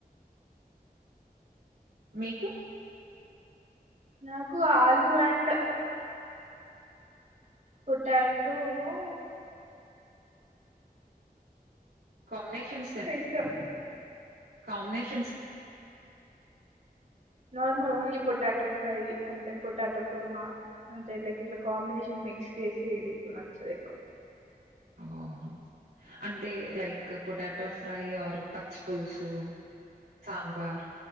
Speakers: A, on the right; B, on the right.
A: మీకు
B: నాకు ఆలుూ అండ్ కుట్టాట ఉన్నూ
A: కాంబినేషన్స్ తె
B: ఇష్టం
A: combinations
B: normal only potato fry అంటే పోొటాటో గుర్మా అంటే ఎల ఇల కొంబినేషన్ మిక్స్ చేసి ఇచ్చద
A: ఓహ అంటంటే ైక్ పొటాటో ఫ్రై పులుసు సాంబార్